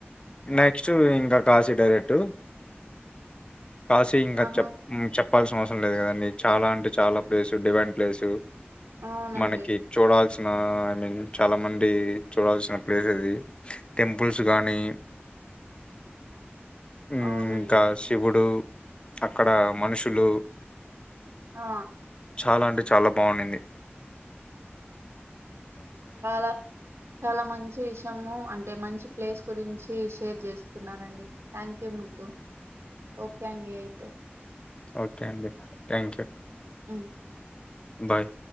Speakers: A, on the left; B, on the right.
A: నెక్స్ట్ ఇంకా కాసి డైరెట్ కాసి ఇంకా
B: ఆహా!
A: చెప్ చెప్పాల్సిన అవసరం లేదు కదండి చాలా అంటే చాలా ప్లేసు డివైన్ ప్లేసు
B: అవునండి.
A: మనకి చూడాల్సిన మా ఐ మీన్ చాలా మంది చూడాల్సిన ప్లేస్ ఇది టెంపుల్స్ గాని ఇంకా
B: అవునండి.
A: శివుడు అక్కడ మనుషులు
B: ఆ
A: చాలా అంటే చాలా బాగుంది
B: చాలా చాలా మంచి విషము అంటే మంచి ప్లేస్ గురించి షేర్ చేసుకున్నారండి థ్యాంక్ యూ ముదు ఓకే అండి అయితే
A: ఓకే అండి థ్యాంక్ యూ
B: అవు
A: బాయ్